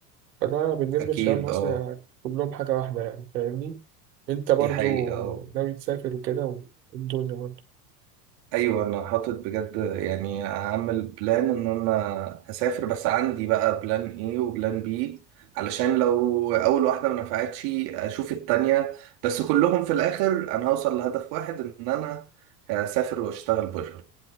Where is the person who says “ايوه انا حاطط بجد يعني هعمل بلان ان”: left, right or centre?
Right